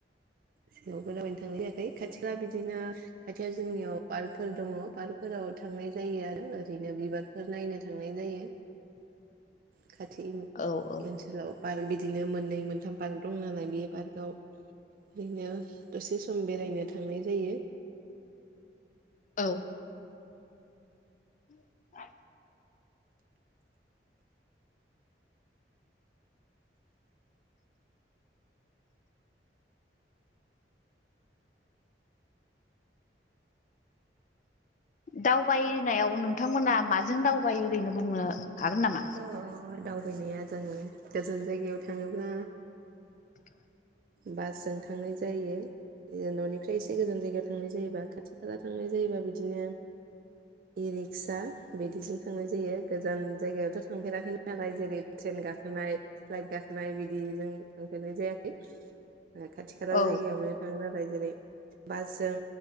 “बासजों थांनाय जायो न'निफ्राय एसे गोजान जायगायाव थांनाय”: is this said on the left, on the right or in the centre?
Right